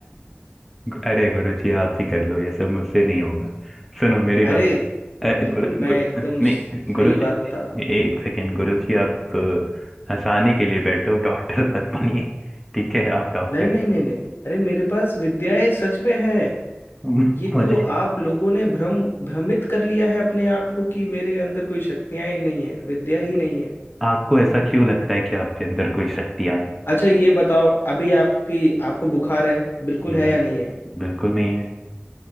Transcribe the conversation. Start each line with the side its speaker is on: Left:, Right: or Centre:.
Centre: अरे गुरु जी आप ही कर लो ये सब मुझसे नहीं होगा सुनो मेरी बात
Left: अरे बिल्कुल
Centre: अ, गुरु
Left: मैं
Centre: गुरु
Left: एकदम स-
Centre: नहीं गुरु
Left: सही
Centre: जी
Left: बात बता रहा हूँ
Centre: एक सेकेंड गुरु जी आप अ, हंसाने के लिए बैठो डॉक्टर मत बनिए ठीक है आप डॉक्टर
Left: नहीं
Centre: नहीं
Left: नहीं नहीं नहीं नहीं अरे मेरे पास विद्याएं सच में हैं
Centre: मुझे
Left: ये तो आप लोगों ने भ्रम भ्रमित कर लिया है अपने आप को कि मेरे अंदर कोई शक्तियां ही नहीं है विद्या ही नहीं है
Centre: आपको ऐसा क्यों लगता है कि आपके अंदर कोई शक्तियां हैं
Left: अच्छा ये बताओ अभी आपकी आपको बुखार है बिल्कुल
Centre: नहीं
Left: है या नहीं है
Centre: बिल्कुल नहीं है